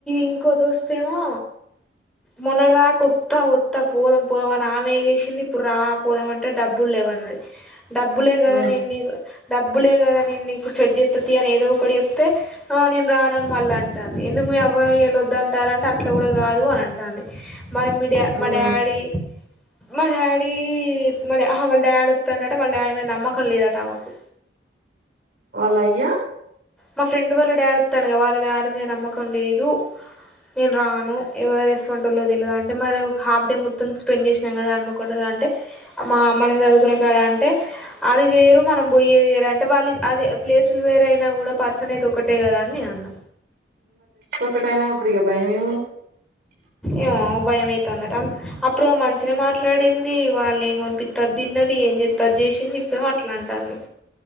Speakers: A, in the centre; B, on the right.
A: ఇంకో దోస్తేమో మొన్నటి దాక వత్తా వత్తా పోదం పోదమని ఆమె చేేసింది ఇప్పుడు రా పోదామంటే డబ్బులు లేవు అన్నది డబ్బులే కదా
B: ఉమ్
A: నే డబ్బులే కదా నేను షడ్ ఎతుతి అని ఏదో ఒక చెప్తే నేను రానను మళ్ళీ అంటాను ఎందుకు మీ అబ్బాయి వెల వద్ద అంట అట్లా కూడా కాదు అని అంటుంది మరి మీ మా
B: ఉమ్
A: డాడీ మా డాడీ వాళ్ళ డాడీ వస్తాన్నట వాళ్ళ డాడీ మీద నమ్మకం లేదట మాకు
B: పలయ్యా
A: మా ఫ్రెండ్ వాళ్ళు డాడీ ఒట్టాడ్ గద వాళ్ళడాడీ మీద నమ్మకం లేదు నేను రాను ఎవై రెస్రంట్ వాలో తెలీదు అంటే మరి ఒక హాఫ్ డే మొత్తం స్పెండ్ చేసి కదా అన్మకొండలు అంటే మా అమని చదువుకునే కాడ అంటే అది వేరు మనం పోయ్యేది అంటే వాళ్ళు అదే ప్లేసులు వేరైనా కూడా పర్సన్ అయితే ఒకటే కదా అని నేను అన్నా
B: ఇట్టానా అప్పడిక భయంమే
A: ఏమో బయమయితాధి అప్పుడు మంచినే మాట్లాడింది వాళ్ళ ఏంనిపిస్తా తిన్నది ఏంది చేస్తే అధి చెసింధి ఇప్పుడ అట్లాంటుంది